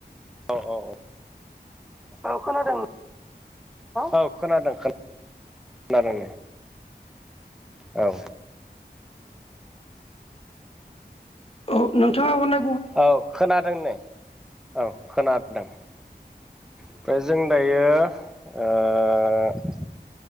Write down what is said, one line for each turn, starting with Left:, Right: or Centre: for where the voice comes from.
Centre: औ औ औ। औ खोनादों औ खोनादों खोनादों। औ।
Left: औ नोंथाङा अन
Centre: औ खोनादों नेै औ खोनादों। ओमफ्राय जों दायो ओ